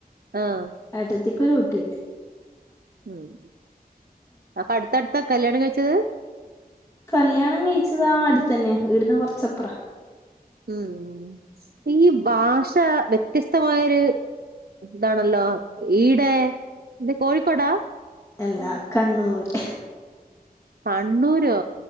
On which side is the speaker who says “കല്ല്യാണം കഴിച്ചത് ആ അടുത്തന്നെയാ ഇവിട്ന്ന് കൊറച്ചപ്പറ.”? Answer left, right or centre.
Left